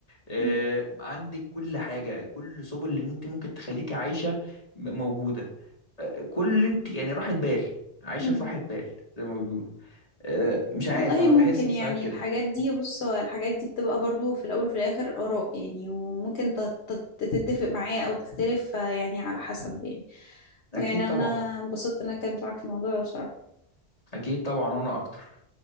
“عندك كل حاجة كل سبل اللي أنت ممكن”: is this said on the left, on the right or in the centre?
Left